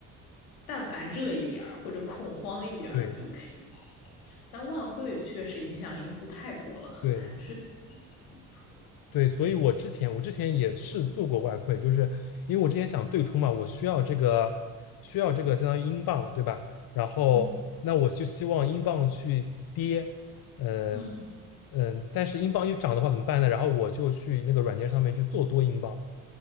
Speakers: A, on the left (about 85°); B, on the left (about 55°).
A: 但凡热一点儿或者恐慌一点儿就可以买一点儿。
B: 对
A: 但外汇确实影响因素太多了，很难去做一些预测。
B: 对对，所以我之前我之前也是做过外汇，就是因为我之前想对冲嘛，我需要这个需要这个相当于英镑，对吧？然后那我就希望英镑去跌，
A: 嗯
B: 呃
A: 嗯嗯。
B: 嗯，但是英镑一涨的话怎么办呢？然后我就去那个软件上面去做多英镑，